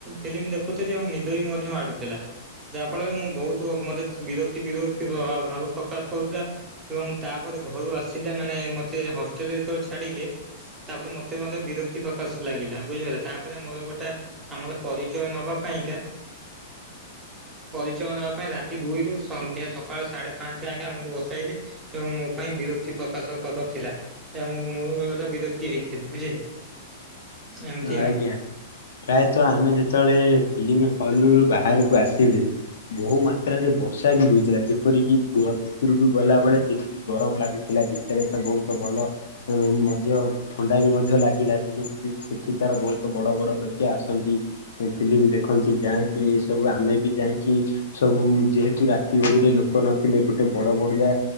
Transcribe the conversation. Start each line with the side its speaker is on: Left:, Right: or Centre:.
Right: ଫିଲ୍ମ ଦେଖୁିଥିଲେ ଆଉ ନିଦ ବି ମାଡୁଥିଲା ଯାହା ଫଳରେ ମୁଁ ବହୁତ ମତେ ବିରକ୍ତି ବିରକ୍ତି ଭାବ ପ୍ରକାଶ ପାଉଥିଲା। ଏବଂ ତାପରେ ଘରୁ ଆସିଲେ ମାନେ ମତେ ହଷ୍ଟେଲ ଯେତେଳେ ଛାଡିଲେ ତାପରେ ମୋତେ ମଧ୍ୟ ବିରକ୍ତି ପ୍ରକାଶ ଲାଗିଲା ବୁଝିପାରିଲ ତାପରେ ମୋର ଗୋଟେ ଆମର ପରିଚୟ ନବା ପାଇଁକା ପରିଚୟ ନବା ପାଇଁ ରାତି ଦୁଇ ରୁ ସନ୍ଧ୍ୟା ସକାଳୁ ସାଢେ ପାଞ୍ଚ ଯାଏ ଆମକୁ ବସାଇଲେ। ଏବଂ ମୋ ପାଇଁ ବିରକ୍ତି ପ୍ରକାଶ କଥା ଥିଲା ଏବଂ ମୁଁ ବି ଗୋଟେ ବିରକ୍ତି ହେଇଥିଲି ବୁଝିଲେ। ଏମିତି
Left: ଆଜ୍ଞା
Right: ଆଉ।
Left: ପ୍ରାୟତଃ ଆମେ ଯେତେବେଳେ ଫିଲ୍ମ ହଲ ରୁ ବାହାରକୁ ଆସିଲେ ବହୁ ମାତ୍ରରେ ବର୍ଷା ବି ହୋଇଥିଲା ଯେପରିକି ଭିତରକୁ ଗଲା ବେଳେ ଯେମିତି ଗରମ ଲାଗୁଥିଲା ଭିତରେ ତ ବହୁତ ଭଲ ମଧ୍ୟ ଥଣ୍ଡା ବି ମଧ୍ୟ ଲାଗିଲା ଯେମିତିକି ଏଠି ତାର ବହୁତ ବଡ ବଡ ଲୋକେ ଆସନ୍ତି ଫିଲ୍ମ ଦେଖନ୍ତି ଯାଆନ୍ତି ଏ ସବୁ ଆମେ ବି ଯାଇ କି ସବୁ ଯେହେତୁ ରାତି ଓଳିରେ ଲୋକ ନ ଥିଲେ ଗୋଟେ ବଡ ବଢଡିିଆ